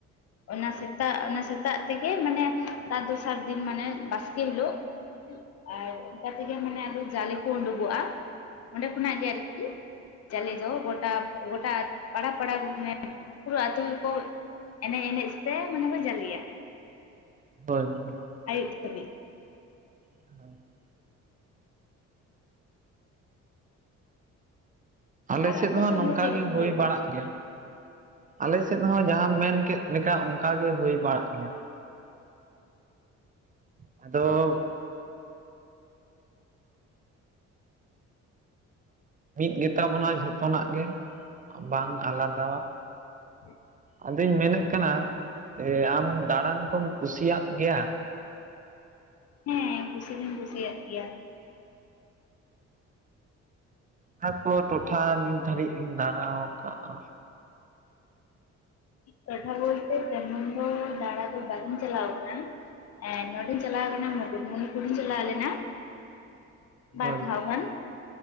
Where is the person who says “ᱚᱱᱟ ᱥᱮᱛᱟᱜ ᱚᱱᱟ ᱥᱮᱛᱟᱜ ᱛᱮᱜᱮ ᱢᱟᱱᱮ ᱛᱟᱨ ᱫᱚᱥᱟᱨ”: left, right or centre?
Left